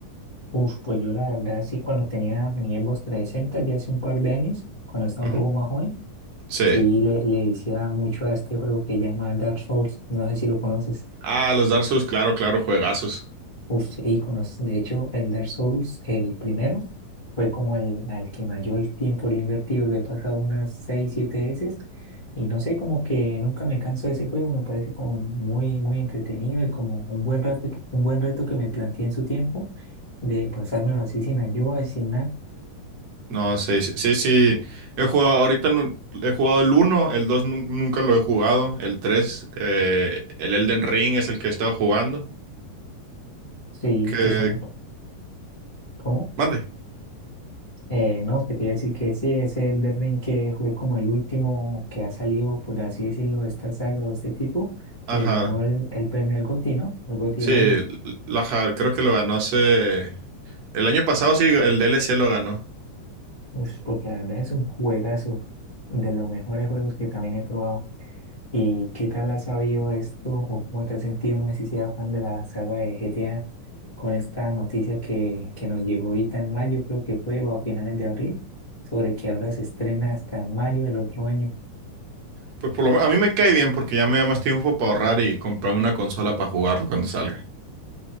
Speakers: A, on the left (about 75°); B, on the right (about 65°).
A: Uf, pues yo la verdad sí, cuando tenía mi Xbox trescientos sesenta ya hace un par de años, cuando estaba
B: Ujú.
A: un poco más joven,
B: Sí.
A: sí le, le decía mucho a este juego que llama Dark Souls, no sé si lo conoces.
B: Ah, los Dark Souls, claro, claro, juegazos.
A: Uy, sí, iconos. De hecho, el Dark Souls, el primero, fue como el al que mayor tiempo le he invertido. Lo he pasado unas 6 7 veces. Y no sé, como que nunca me canso de ese juego. Me parece como muy, muy entretenido y como un buen rato, un buen reto que me planteé en su tiempo de pasármelo así sin ayuda, sin nada.
B: No, sí, sí, sí, sí. He jugado, ahorita nu- he jugado el uno, el 2 nun- nunca lo he jugado, el 3, eh, el Elden Ring es el que he estado jugando.
A: Sí,
B: Que,
A: que son, ¿cómo?
B: mande.
A: Eh, no, que te iba a decir que sí, ese Elden Ring que fue como el último que ha salido, por así decirlo, de esta saga o este tipo, que
B: Ajá.
A: ganó el, el premio al GOTY, ¿no? El GOTY
B: Sí,
A: del año.
B: l- la, ja- creo que lo ganó hace... El año pasado sí, el DLC lo ganó.
A: Ush, porque la verdad es un juegazo, de los mejores juegos que también he probado. ¿Y qué tal has sabido esto o cómo te has sentido? No sé si seas fan de la saga de GTA con esta noticia que, que nos llegó ahorita en mayo, creo que fue, o a finales de abril, sobre que ahora se estrena hasta mayo del otro año.
B: Pues por lo menos, a mí me cae bien porque ya me da más tiempo para ahorrar y comprarme una consola para jugarlo cuando salga.